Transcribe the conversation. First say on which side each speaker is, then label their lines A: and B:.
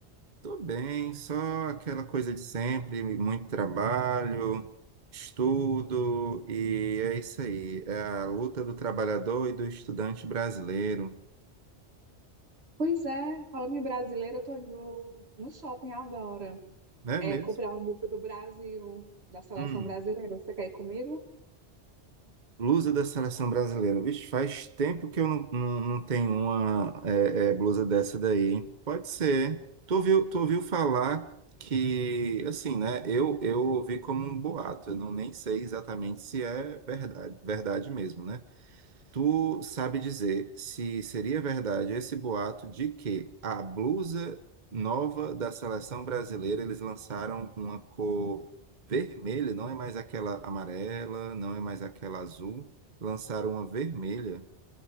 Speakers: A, on the right (about 45°); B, on the right (about 65°).
A: Tô bem, só aquela coisa de sempre, muito trabalho, estudo, e é isso aí, é a luta do trabalhador e do estudante brasileiro,
B: Pois é, falando em brasileiro, eu tô indo no shopping agora,
A: não é
B: é,
A: mesmo?
B: comprar uma música do Brasil, da seleção
A: Hum.
B: brasileira. Você quer ir comigo?
A: Blusa da seleção brasileira. Vixe, faz tempo que eu não, não, não tenho uma é, é, blusa dessa daí. hein? Pode ser. Tu ouviu, tu ouviu falar que, assim, né? Eu, eu ouvi como um boato. Eu não nem sei exatamente se é verdade, verdade mesmo, né? Tu sabe dizer se seria verdade esse boato de que a blusa nova da seleção brasileira eles lançaram uma cor vermelha, não é mais aquela amarela, não é mais aquela azul, lançaram uma vermelha.